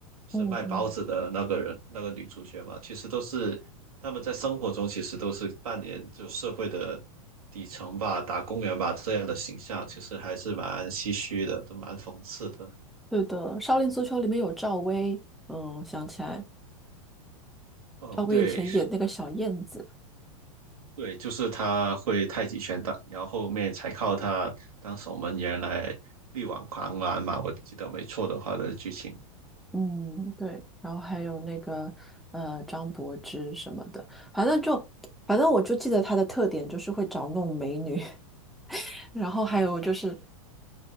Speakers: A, on the right; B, in the centre.
A: 是卖包子的那个人，
B: 嗯嗯，
A: 那个女主角嘛，其实都是他们在生活中其实都是扮演就社会的底层吧、打工人吧这样的形象，其实还是蛮唏嘘的，都蛮讽刺的。
B: 对的，《少林足球》里面有赵薇，嗯，想起来，
A: 哦，
B: 赵薇以前演那个小燕子。
A: 对对，就是他会太极拳打，然后后面才靠他当守门员来力挽狂澜嘛，我记得没错的话的剧情。
B: 嗯，对，然后还有那个呃张柏芝什么的，反正就反正我就记得她的特点就是会找那种美女，<laughs> 然后还有就是